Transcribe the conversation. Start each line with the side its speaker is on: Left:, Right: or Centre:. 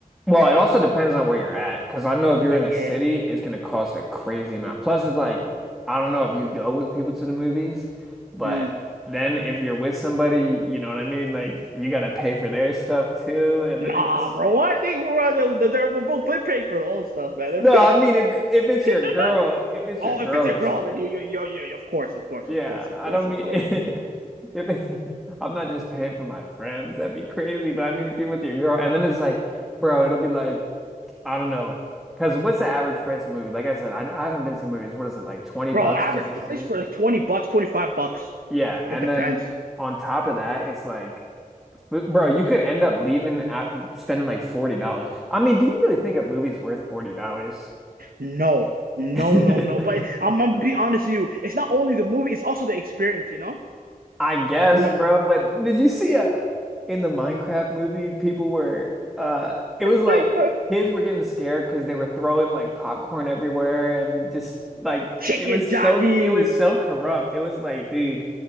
Centre: Well, it also depends on where you're at, because I know if you're
Right: Yeah.
Centre: in a city, it's going to cost a crazy amount. Plus, it's like, I don't know if you go with people to the movies, but
Right: Mm.
Centre: then if you're with somebody, you know what I mean? Like, you got to pay for their stuff too. And
Right: Nah,
Centre: then it just,
Right: bro. What? They were they're, they're both pay for the old stuff, man.
Centre: no, I mean, if if it's your girl,
Right: <laughs>
Centre: if it's
Right: Oh,
Centre: your girl
Right: if it's a
Centre: or
Right: girl,
Centre: something,
Right: then you, you, you, you, of course, of course,
Centre: yeah,
Right: of course, of
Centre: I
Right: course,
Centre: don't
Right: of
Centre: mean, <laughs>
Right: course.
Centre: if it, I'm not just paying for my friends, that'd be crazy. But I mean, if you're with your girl, and then it's like, bro, it'll be like, I don't know. Because what's the average price of a movie? Like I said, I, I haven't been to the movies. What is it, like 20
Right: Bro,
Centre: bucks
Right: average
Centre: just to
Right: price
Centre: see it?
Right: for like 20 bucks, 25 bucks.
Centre: Yeah. And
Right: It depends.
Centre: then on top of that, it's like, bro, you could end up leaving at spending like $40. I mean, do you really think a movie's worth $40?
Right: No, no,
Centre: <laughs>
Right: no, no. But I'm, I'm gonna be honest with you. It's not only the movie, it's also the experience, you know?
Centre: I guess,
Right: Yeah.
Centre: bro. But did you see uh in the Minecraft movie, people were uh it was like
Right: <laughs>
Centre: kids were getting scared because they were throwing like popcorn everywhere and just like
Right: Chicken
Centre: it was
Right: jockey.
Centre: so it was so corrupt. It was like, dude,